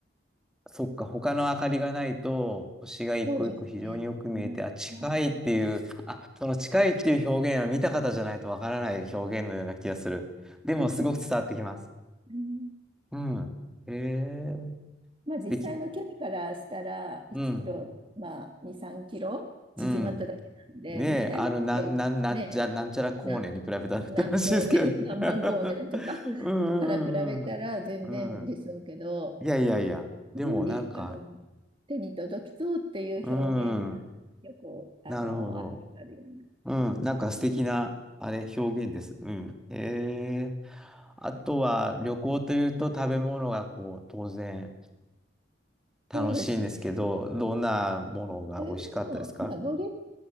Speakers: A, in the centre; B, on the right.
A: そっか、他の明かりがないと、星が一個一個非常によく見えて、
B: そうですね。はい、
A: あ、近いっていう、
B: はい。
A: あ、その近いっていう表現は見た方じゃないとわからない表現のような気がする。でも、
B: <laughs>
A: すごく伝わってきます。
B: うん
A: うん。へえ、
B: まあ実際の距離からしたら1キロ、
A: 素敵。うん。
B: まあ2、3キロ縮まっただけなんで、
A: うん。ねえ、
B: 実際の時はね、
A: あの、なん、なん、なんちゃ、なんちゃら光年に比べたらって話ですけど。
B: な、何光年、<laughs> 何万光年とか
A: <laughs> うん。
B: から比べたら全然ですけど、
A: うんうんうん。いやいやいや。
B: あすごい、
A: でも、なんか、
B: あの、手に届きそうっていう表現がよく、
A: うん。
B: あの、
A: なるほど。
B: あるよ
A: うん、なんか素敵な、あれ、表現です。
B: うな。
A: うん。へえ。あとは、旅行というと食べ物がこう、当然楽しいんですけど、
B: そうですね。
A: どんなものが美味しかったですか
B: そういうものまあ、ボリビ